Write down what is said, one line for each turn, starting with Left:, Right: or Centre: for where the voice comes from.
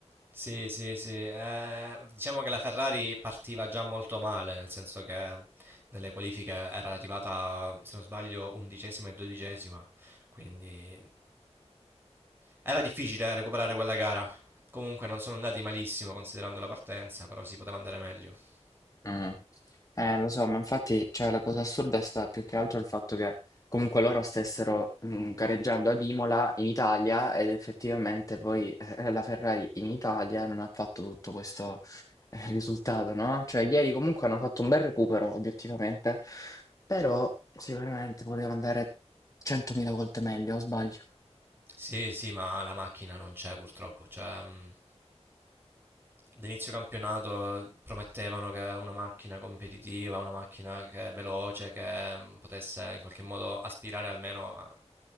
Right: Sì, sì, sì. eh, diciamo che la Ferrari partiva già molto male, nel senso che nelle qualifiche era arrivata, se non sbaglio, undicesima e dodicesima, quindi era difficile recuperare quella gara. Comunque non sono andati malissimo considerando la partenza, però si poteva andare meglio.
Left: Mm. Eh, lo so, ma infatti, cioè, la cosa assurda è stata più che altro il fatto che comunque loro stessero mh, gareggiando ad Imola in Italia ed effettivamente poi eh, la Ferrari in Italia non ha fatto tutto questo eh, risultato, no? Cioè, ieri comunque hanno fatto un bel recupero, obiettivamente, però sicuramente poteva andare 100.000 volte meglio, o sbaglio.
Right: Sì, sì, ma la macchina non c'è purtroppo. Cioè, mh, ad inizio campionato promettevano che una macchina competitiva, una macchina che è veloce, che mh, potesse in qualche modo aspirare almeno a,